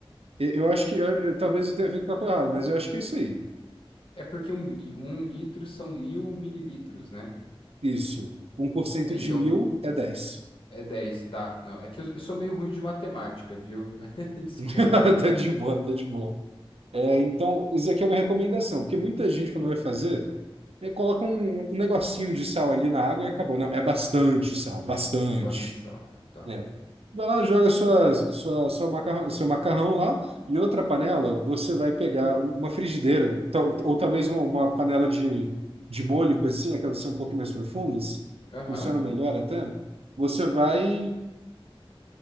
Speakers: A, on the right; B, on the left.
A: E- Eu acho que eu- eu- talvez eu tenha feito cálculo errado, mas eu acho que é isso aí.
B: É porque um, li- um litro são mil mililitros, né?
A: Isso. um por cento
B: É,
A: de
B: então
A: mil é dez.
B: é dez tá? Não, é que eu, eu sou meio ruim de matemática, viu? <laughs> Desculpa
A: <laughs>
B: aí.
A: Tá de boa, tá de boa. É, então, isso aqui é uma recomendação, porque muita gente, quando vai fazer, é, coloca um, um negocinho de sal ali na água e acabou. Não, é bastante sal, bastante.
B: Bastante sal, ah, tá.
A: né? Vai lá, joga sua, sua, sua macarrão, seu macarrão lá. Em outra panela, você vai pegar uma frigideira, tal- ou talvez uma, uma panela de, de molho, coisa assim, aquelas que são um pouco mais profundas,
B: Aham.
A: funcionam melhor até. Você vai